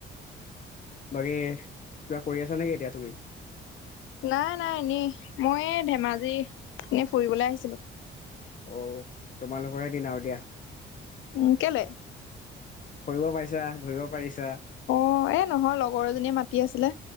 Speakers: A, on the left (about 40°); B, on the left (about 80°).
A: বাকী কিবা কৰি আছা নেকি এতিয়া তুমি
B: নাই নাই এনেই মই ধেমাজি এনে ফুৰিবলৈ আহিছিলো
A: অঁ তোমালোকৰেহে দিন আৰু দিয়া।
B: উমঁ কেলে?
A: কৰিব পাৰিছা ঘূৰিব পাৰিছা।
B: অঁ এ নহয় লগৰ এজনীয়ে মাতি আছিলে।